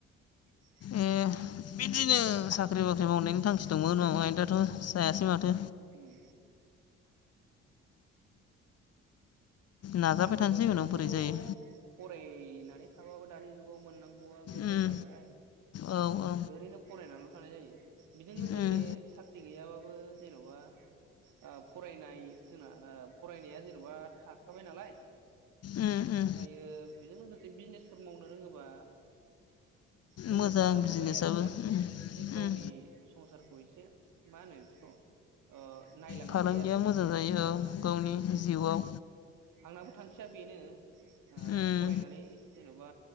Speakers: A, on the right (about 60°); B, on the left (about 45°).
A: <unintelligible>
B: ए बिदिनो साख्रि बाख्रि मावनायनि थांखि दंमोन मामाय दाथ' जायासै माथो।
A: <unintelligible>
B: नाजाबाय
A: साख्रि
B: थानोसै
A: बाख्रिखौबोथ'
B: उनाव बोरै जायो
A: फरायनानै थाबाबो दानि जुगाव मोननांगौ। गौआ गोब्राब
B: उम
A: जाबाय।
B: औ औ
A: ओरैनो फरायनानैल' थानाय जायो बेजों लोगोसे
B: उम
A: साख्रि गैयाबाबो। जेनोबा। आ फरायनाय जोंना आ फरायनाया जेन'बा थाखाबाय नालाय।
B: उम
A: आ
B: उम
A: ओमफ्रायो बेजों लोगोसे बिजनेसफोर मावनो रोङोबा। रोङोबा
B: मोजां बिजनेसाबो
A: माबायो आरोखि ना बिदिनो
B: उम
A: एसे गावनि
B: उम
A: संसारखौ एसे मा होनो बिदिखौ। अ। नायलांनो
B: फालांगिया
A: हायो आरोखि ना
B: जायो
A: मोजां
B: औ
A: लाइनजों
B: गावनि
A: थांनो हायो
B: जिउआव
A: आंनाबो थांखिया बेनो। अ
B: उम
A: फरायनानै। मा